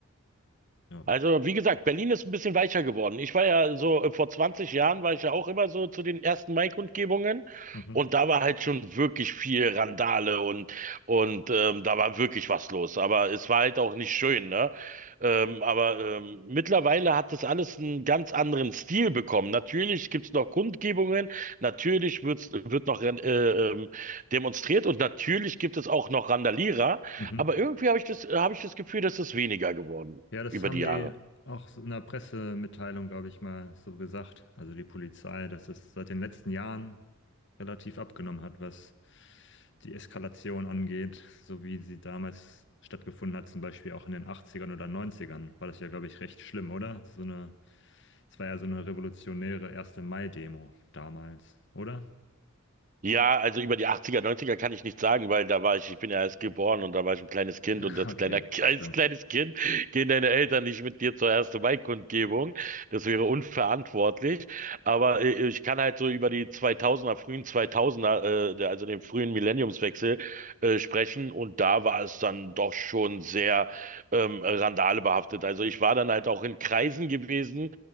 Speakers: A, on the left; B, on the right.
A: Ja.
B: Also, wie gesagt, Berlin ist ein bisschen weicher geworden. Ich war ja so, äh, vor 20 Jahren war ich ja auch immer so zu den ersten Mai-Kundgebungen
A: Mhm.
B: und da war halt schon wirklich viel Randale und, und ähm, da war wirklich was los. Aber es war halt auch nicht schön, ne? Ähm, aber ähm, mittlerweile hat das alles einen ganz anderen Stil bekommen. Natürlich gibt es noch Kundgebungen, natürlich wird's, wird noch äh, ähm, demonstriert und natürlich gibt es auch noch Randalierer,
A: Mhm.
B: aber irgendwie habe ich das, habe ich das Gefühl, dass es weniger geworden
A: Ja, das
B: über
A: haben
B: die
A: die
B: Jahre.
A: auch so in der Pressemitteilung, glaube ich, mal so gesagt. Also die Polizei, dass es seit den letzten Jahren relativ abgenommen hat, was die Eskalation angeht, so wie sie damals stattgefunden hat, zum Beispiel auch in den 80ern oder 90ern, war das ja, glaube ich, recht schlimm, oder? So eine, es war ja so eine revolutionäre 1. Mai-Demo damals, oder?
B: Ja, also über die 80er, 90er kann ich nichts sagen, weil da war ich, ich bin ja erst geboren und da war ich ein kleines Kind
A: <laughs>
B: und als
A: Okay,
B: kleiner, <laughs> als
A: stimmt.
B: kleines Kind gehen deine Eltern nicht mit dir zur ersten Mai-Kundgebung. Das wäre unverantwortlich. Aber äh, ich kann halt so über die 2000er, frühen 2000er, äh, der- also den frühen Millenniumswechsel, äh, sprechen und da war es dann doch schon sehr ähm, randalebehaftet. Also ich war dann halt auch in Kreisen gewesen,